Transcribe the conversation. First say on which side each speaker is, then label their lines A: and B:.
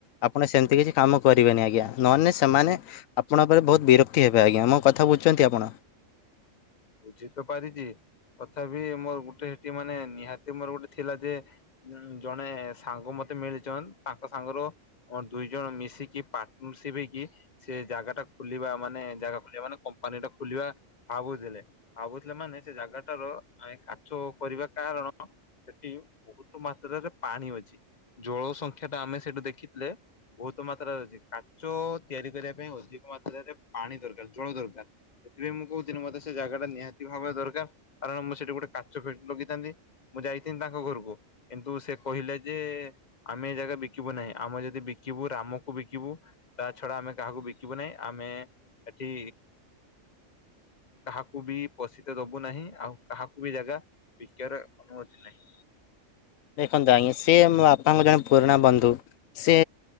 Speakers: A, on the left; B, on the left.
A: ଆପଣ ସେମିତି କିଛି କାମ କରିବେନି ଆଜ୍ଞା ନହେନେ ସେମାନେ ଆପଣଙ୍କ ଉପରେ ବହୁତ ବିରକ୍ତି ହେବେ ଆଜ୍ଞା ମୋ କଥା ବୁଝୁଛନ୍ତି ଆପଣ?
B: ବୁଝିତ ପାରିଛି ତଥାପି ମୋର ଗୁଟେ ସେଠି ମାନେ ନିହାତି ମୋର ଗୋଟେ ଥିଲା ଯେ ଉ ଜଣେ ସାଙ୍ଗ ମତେ ମିଳିଛନ୍ ତାଙ୍କ ସାଙ୍ଗରୁ ଅର ଦୁଇ ଜଣ ମିଶିକି ପାର୍ଟନର ସିପ ହେଇକି ସେ ଜାଗା ଟା ଖୋଲିବା ମାନେ ଜାଗା ଖୋଲିବା ମାନେ କମ୍ପାନୀ ଟା ଖୋଲିବା ଭାବୁଥିଲେ ଭାବୁଥିଲେ ମାନେ ସେ ଜାଗାଟାର କାଛ କରିବା କାରଣ ସେଠି ବହୁତ ମାତ୍ରାରେ ପାଣି ଅଛି ଜଳ ସଂଖ୍ୟା ଟା ଆମେ ସେଠୁ ଦେଖିଥିଲେ ବହୁତ ମାତ୍ରାରେ ଅଛି କାଚ ତିଆରି କରିବା ପାଇଁ ଅଧିକ ମାତ୍ରାରେ ପାଣି ଦରକାର ଜଳ ଦରକାର। ସେଥିପାଇଁ ମୁଁ କହୁଥିଲି ମତେ ସେ ଜାଗା ଟା ନିହାତି ଭାବରେ ଦରକାର କାରଣ ମୁଁ ସେଠି ଗୋଟେ କାଚ ଫାକ୍ଟ୍ରି ଲଗେଇଥାନ୍ତି। ମୁଁ ଯାଇଥିନି ତାଙ୍କ ଘରକୁ କିନ୍ତୁ ସେ କହିଲେ ଯେ ଆମେ ଏ ଜାଗା ବିକିବୁ ନାହିଁ ଆମେ ଯଦି ବିକିବୁ ରାମକୁ ବିକିବୁ ତା ଛଡା ଆମେ କାହାକୁ ବିକିବୁ ନାହିଁ ଆମେ ଏଠି କାହାକ କୁ ବି ପୋଷିତ ଦବୁ ନାହିଁ ଆଉ କାହାକୁ ବି ଜାଗା ବିକିବାର ଅନୁମତି ନାହିଁ
A: ଦେଖନ୍ତୁ ଆଜ୍ଞା ସେ ମୋ ବାପାଙ୍କ ଜଣେ ପୁରୁଣା ବନ୍ଧୁ ସେ